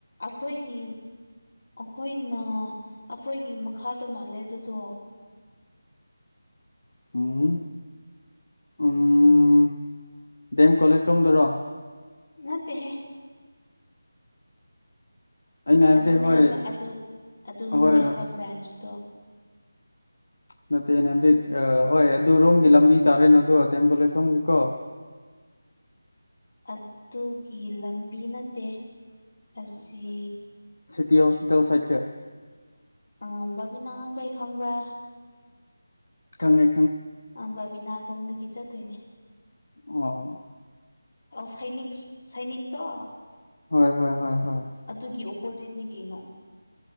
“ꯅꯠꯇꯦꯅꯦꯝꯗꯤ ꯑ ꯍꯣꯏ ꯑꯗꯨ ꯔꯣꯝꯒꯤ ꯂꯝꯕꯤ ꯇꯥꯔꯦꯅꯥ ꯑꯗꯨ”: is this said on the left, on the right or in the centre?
Left